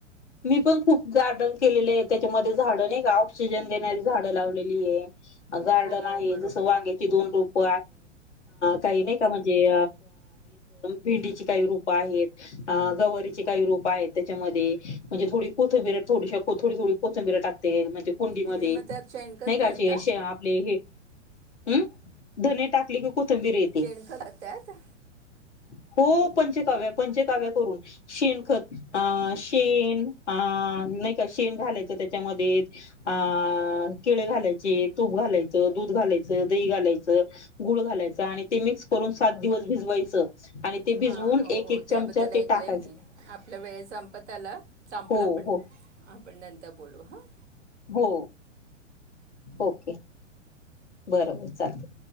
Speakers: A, on the left; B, on the right.
A: मी पण खूप गार्डन केलेले आहे त्याच्यामध्ये झाड नाही का ऑक्सिजन देणारी झाड लावलेली आहे. अ गार्डन
B: हो
A: आहे
B: बरोबर
A: जसं वांग त दोन रूप. काही नाही का म्हणजे भेंडीची काही रूप आहेत गवारी. काही रोप आहेत त्याच्या म्हणजे थोडी कोथंबिर थोडी कोथोडी थोडी कोथंबिर टकतेज. कुंडीमध्ये
B: तुम्ही मग त्यात शेणखत
A: नाही काचेे
B: घालता
A: आपले हे हम्. धने टाकले. कुठं बी रेहते
B: शेणखत त्यात
A: <unintelligible> हो पंचकाव्य पंचकाव्या करून. शेण खत अ शेण अ नाही का शेण घालायचं, त्याच्यामध्ये अ केळी घालायचे, तूप घालायचं, दूध घालायचं, दही घालायचं, गुळ घालायचं, आणि ते मिक्स करून सात दिवस भिजवायचं. आणि ते भिजवून
B: हां हो
A: एक
B: हो
A: एक चमचा
B: त्याबद्दल
A: ते
B: ऐकलं
A: टाक
B: मी आपल्या वेळ संप त्याला संपलं
A: हो
B: पण
A: हो
B: आपण नर बोलू हा.
A: हो. ओके बरोबर चालत.